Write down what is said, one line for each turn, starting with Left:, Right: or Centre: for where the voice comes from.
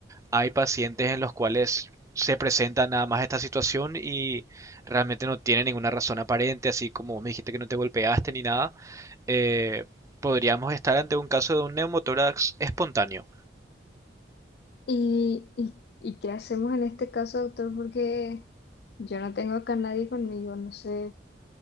Right: Hay pacientes en los cuales se presenta nada más esta situación y realmente no tiene ninguna razón aparente, así como vos me dijiste que no te golpeaste ni nada. eh, podríamos estar ante un caso de un neumotórax espontáneo.
Left: ¿Y, y, y qué hacemos en este caso, doctor? Porque yo no tengo acá nadie conmigo, no sé